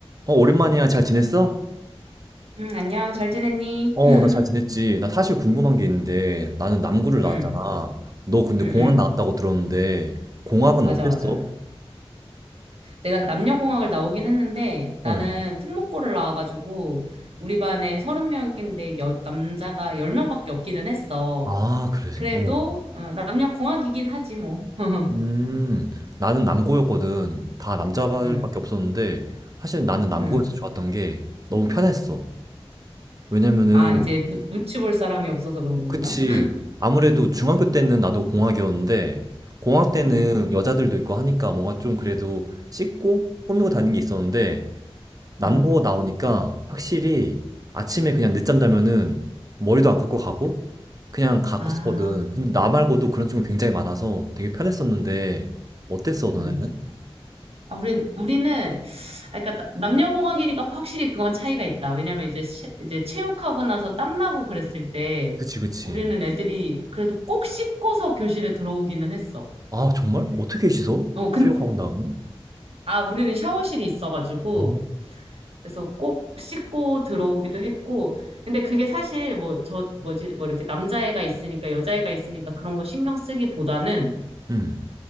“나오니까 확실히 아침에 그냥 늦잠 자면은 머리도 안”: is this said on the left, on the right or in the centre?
Right